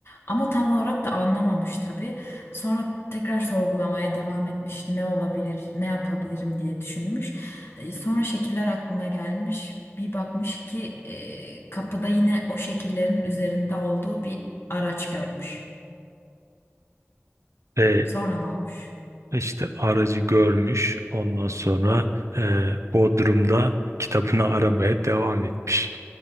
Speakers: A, on the left (about 55°); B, on the right (about 85°).
A: Ama tam olarak da anlamamış tabii. Sonra tekrar sorgulamaya devam etmiş. Ne olabilir, ne yapabilirim diye düşünmüş. E, Sonra şekiller aklına gelmiş. Bir bakmış ki e, kapıda yine o şekillerin üzerinde olduğu bir araç görmüş.
B: E,
A: Sonra ne olmuş?
B: İşte aracı görmüş. Ondan sonra e, Bodrum'da kitabını <laughs> aramaya devam etmiş.